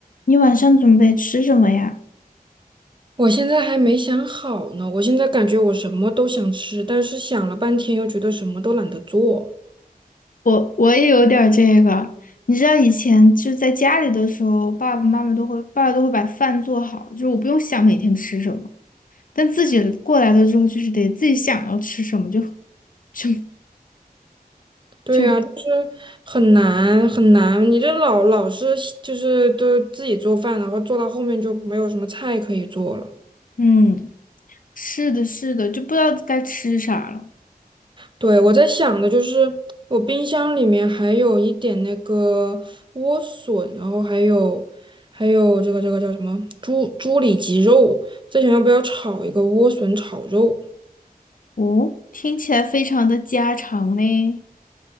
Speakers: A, on the left (about 60°); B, on the right (about 30°).
A: 你晚上准备吃什么呀？
B: 我现在还没想好呢，我现在感觉我什么都想吃，但是想了半天又觉得什么都懒得做。
A: 我我也有点儿这个，你知道以前就在家里的时候，爸爸妈妈都会，爸爸都会把饭做好，就是我不用想每天吃什么。但自己过来了之后，就是得自己想要吃什么，就就
B: 对呀，
A: 就
B: 就是很难很难，你这老老是就是都自己做饭，然后做到后面就没有什么菜可以做了。
A: 嗯，是的，是的，就不知道该吃啥了。
B: 对，我在想的就是我冰箱里面还有一点那个莴笋，然后还有还有这个这个叫什么猪猪里脊肉，在想要不要炒一个莴笋炒肉。
A: 哦，听起来非常的家常呢。